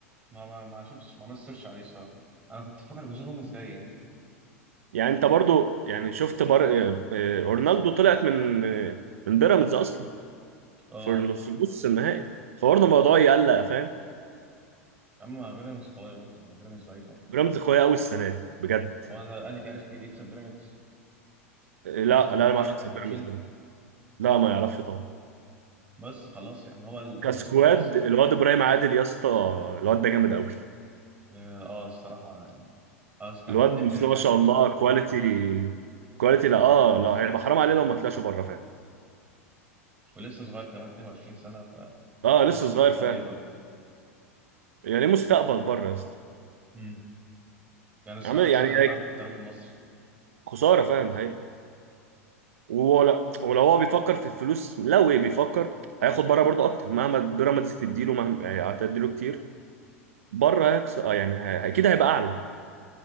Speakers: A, on the right; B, on the right.
A: ما ما ما شفتش ما عملتش سيرش عليه الصراحه انا كنت فاكر جوزيه جوميز جاي يعني
B: يعني انت برضه يعني شفت بر... آه، آه، اورنالدو طلعت من آه، من بيراميدز اصلا
A: اه
B: في ال- في نص النهائي فبرضه الموضوع يقلق فاهم
A: اما بيراميدز قويه برضه يعني بيراميدز ضعيفه
B: بيراميدز قويه قوي السنه دي بجد
A: هو انا الاهلي كان عارف يكسب بيراميدز
B: لا
A: وهو
B: لا
A: مطرود
B: انا
A: منها
B: ما اعرفش
A: واحد
B: يكسب
A: ماتشين
B: بيراميدز طبعاً. لا ما يعرفش طبعا
A: بس خلاص يعني هو البيراميدز
B: كسكواد
A: قوي اصلا
B: الواد ابراهيم عادل يا اسطى الواد ده جامد قوي
A: اه آه، الصراحه يعني اه كان
B: الواد
A: المفروض يحترف
B: بسم الله ما
A: يعني
B: شاء
A: مش
B: الله
A: عارف ليه
B: كواليتي
A: ما احترفش
B: كواليتي لا اه لا هيبقى حرام عليه لو ما طلعش بره فاهم
A: ولسه صغير كمان 22 سنه
B: اه
A: فتنشن
B: لسه صغير
A: قوي
B: فاهم
A: قوي
B: يعني ليه مستقبل بره يا اسطى
A: امم يعني الصراحه
B: عامل
A: خساره
B: يعني
A: يلعب
B: هيك
A: في الدوري المصري
B: خساره فاهم ده حقيقة ولا ولو هو بيفكر في الفلوس لو إيه بيفكر هياخد بره برضه اكتر مهما بيراميدز تديله مهما يعني هتديله كتير بره هيكسب اه يعني ه- اكيد هيبقى اعلى